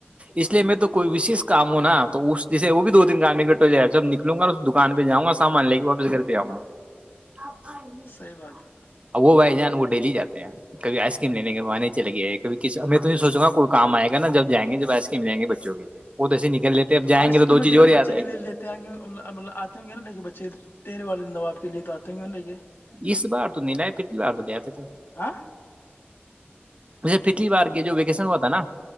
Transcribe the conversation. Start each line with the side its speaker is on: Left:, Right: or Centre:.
Right: اس لیے میں تو کوئی وشش کام ہوں نا تو اس جیسے وہ بھی دو تین کام میں کر ہو جائےب نکلوں گا اور اس دکان پہ جاؤں گا سامان لے کے واپس گھر پہ آؤں گا آاں <inaudible>
Left: صحیح بات ہے
Right: ا وہ بھائی جان وہ ڈیلی جے ہیں کھی آئس کریم لینے کےاں نہیں چے گیائے کب ک میں تو نہیں سوچ گا کوئی کام آ گا جب جائیں گ جب آئس کریم لیں گے بچوں کے لیے وہ تو ایسے نکل لیتے اب
Left: تو
Right: جائیں
Left: آئس
Right: گے
Left: کریم
Right: دو
Left: وغیرہ
Right: چیز اور
Left: تو
Right: یاد
Left: بچے
Right: آئے
Left: کے لیے لیتے آئ گے مطلب آتے ہوں گے نا لے کے بچے تیرے والے د دوب آپ کے لیے آتے ہیں کیوں رہیے
Right: اس بار تو نہیں لائے پھر بار تو لے آتے تھ
Left: ہاں
Right: جے پچھلی بار کی جو ویکشن ہوا تھا نا